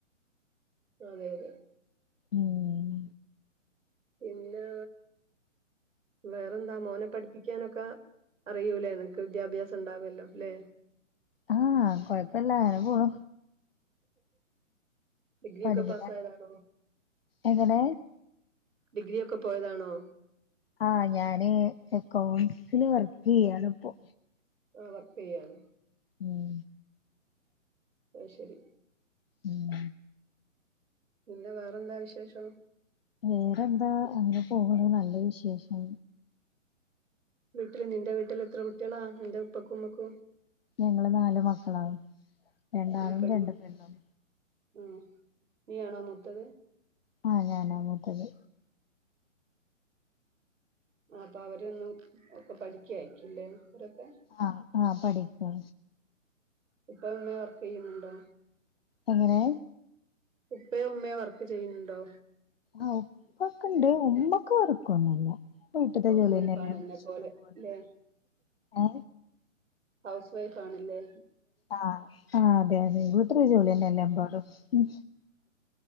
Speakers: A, on the right; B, on the left.
A: അതെ അതെ
B: ഉം
A: പിന്നാ വേറെന്താ മോനെ പഠിപ്പിക്കാനൊക്കാ അറിയൂലേ. നിൻക്ക് വിദ്യാഭ്യാസം ഉണ്ടാവല്ലോ ലേ?
B: ആഹ്. കൊഴപ്പല്ല. നെപോണു.
A: ഡിഗ്രി
B: പഠിപ്പിക്കാൻ
A: ഒക്കെ പാസായതാണോ?
B: എങ്ങനെ
A: ഡിഗ്രി ഒക്കെ പോയതാണോ?
B: ആഹ്. ഞാന് എക്കൗണ്ട്സില് വർക്കെയ്യാണ്പ്പൊ.
A: ആഹ് വർക്കെയ്യാണ്
B: ഉം
A: അഅ് ശരി.
B: ഉം
A: പിന്നെ വേറെന്താ വിശേഷം
B: വേറെന്താ അങ്ങനെ പോണ്. നല്ല വിശേഷം
A: വീട്ട്‌ല് നിന്റെ വീട്ട്ല് എത്ര കുട്ട്യളാ? നിന്റെ ഉപ്പക്കും ഉമ്മക്കും.
B: ഞങ്ങള് നാല് മക്കളാ. രണ്ടാണും,
A: ആ പെൺകു
B: രണ്ട് പെണ്ണും.
A: ഉം. നീയാണോ മൂത്തത്?
B: ആഹ്. ഞാനാ മൂത്തത്.
A: ആഹ് അപ്പൊ അവര് ഒക്കെ പഠിക്കയായിരിക്കുംല്ലേ. അവ് രൊക്കെ
B: ആഹ് ആഹ് പഠിക്കാ
A: ഇപ്പെ <unintelligible> വർക്കെയ്യ്ന്ന് ണ്ടോ?
B: എങ്ങനെ
A: ഉപ്പയും ഉമ്മയും വർക്ക് ചെയ്യുന്ന്ണ്ടോ?
B: ആഹ്. ഉപ്പക്ക്ണ്ട്. ഉമ്മക്ക് വർക്കൊന്നുല്ല. പ്പൊ വീട്ട് തെന്നെ
A: ഹൗസ്
B: <unintelligible>
A: വൈഫ് ആണ് എന്നെ
B: ഇഷ്ടം പോലെ.
A: ല്ലെ
B: ഏ
A: ഹൗസ് വൈഫ് ആണ് ല്ലേ?
B: ആഹ്. ആഹ് അതെ അതെ വീട്ട്ത്തെ ജോലിയെന്നെല്ലെ എമ്പാടും. ഉം